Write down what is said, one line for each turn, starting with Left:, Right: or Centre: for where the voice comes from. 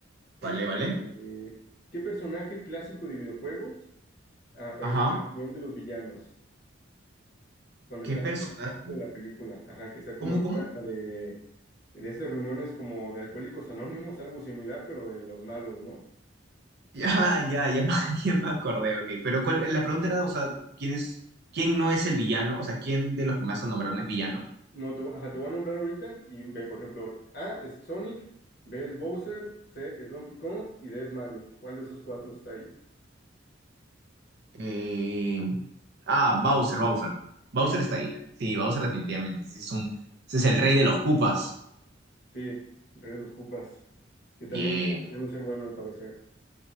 Left: Este,
Right: Vale, vale.
Left: ¿qué personaje clásico de videojuegos aparece
Right: Ajá.
Left: en la reunión de los villanos cuando
Right: ¿Qué
Left: está
Right: personaje?
Left: al principio de la película? Ajá, que está como
Right: ¿Cómo,
Left: en
Right: cómo?
Left: una de, de estas reuniones como de Alcohólicos Anónimos, algo similar, pero de los malos, ¿no?
Right: <laughs> Ya,
Left: Está-
Right: ya, ya, me- <laughs> ya me acordé, ok. Pero cuál, la pregunta era, o sea, ¿quién es, quién no es el villano? O sea, ¿quién de los que más han nombrado no es villano?
Left: no, te, ajá, te voy a nombrar ahorita y ve, por ejemplo, A es Sonic, B es Bowser, C es Donkey Kong y D es Mario. ¿Cuál de esos cuatro está ahí?
Right: Eh, ah, Bowser, Bowser. Bowser
Left: Sí.
Right: está ahí. Sí, Bowser definitivamente. Ese es un, ese es el rey de los cupas.
Left: Sí, Rey de los Cupas, que
Right: Bien.
Left: también <laughs> está queriendo ser bueno al parecer.